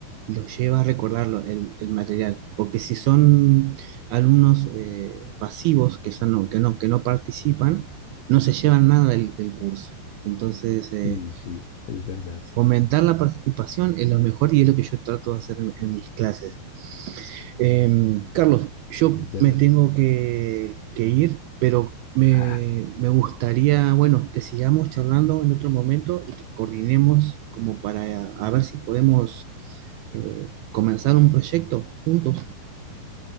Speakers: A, on the right (about 80°); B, on the left (about 80°).
A: los lleva a recordarlo, el, el material. Porque si son alumnos eh, pasivos, que, son, no, que, no, que no participan, no se llevan nada del, del curso. Entonces, eh,
B: sí, sí, es verdad,
A: fomentar la participación es lo mejor y es lo que yo trato de hacer en en mis clases. Eh, Carlos, yo
B: sí, es verdad.
A: me tengo que, que ir, pero me,
B: Ah,
A: me gustaría, bueno, que sigamos charlando en otro momento y que coordinemos como para a ver si podemos eh, comenzar un proyecto juntos,